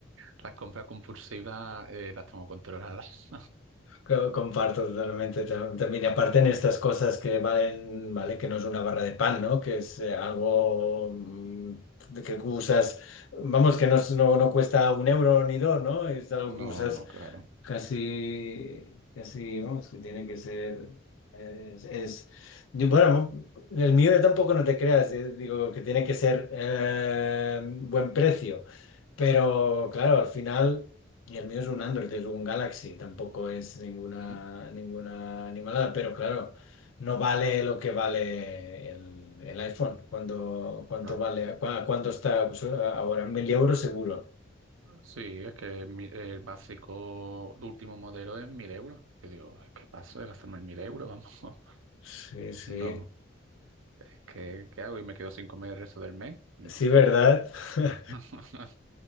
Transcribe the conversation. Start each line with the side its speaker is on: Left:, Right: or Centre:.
Right: Las compras compulsivas eh, las tengo controladas.
Left: Co- Comparto totalmente tam- también. Y aparte en estas cosas que valen, vale, que no es una barra de pan, ¿no? Que es eh, algo mm, de que usas, vamos, que no, es- no, no cuesta un euro ni dos, ¿no? Es algo que
Right: No,
Left: usas
Right: no, claro.
Left: Casi, casi, vamos, que tiene que ser, es, es- yo- bueno, el mío tampoco no te creas, eh, digo que tiene que ser eh, buen precio, pero claro, al final, y el mío es un Android, es un Galaxy, tampoco es ninguna,
Right: Mm,
Left: ninguna animalada, pero claro, no vale lo que vale el, el iPhone, cuando, cuánto
Right: Claro.
Left: vale, cua- cuánto está pues, ahora, mil euros seguro.
Right: Sí, es que mi- el básico de último modelo es mil euros. Yo digo, ¿qué paso de gastarme mil euros? Vamos. <laughs>
Left: Sí, sí.
Right: No. ¿Qué, qué hago? ¿Y me quedo sin comer el resto del mes? No.
Left: Sí, ¿verdad? <laughs>
Right: <laughs>